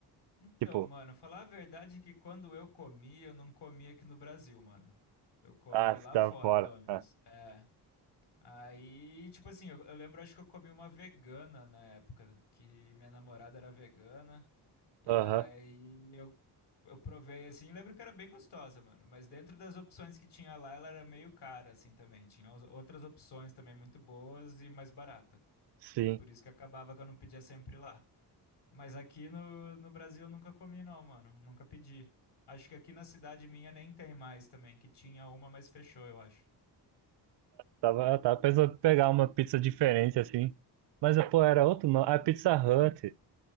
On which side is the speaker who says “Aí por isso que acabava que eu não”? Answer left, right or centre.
Left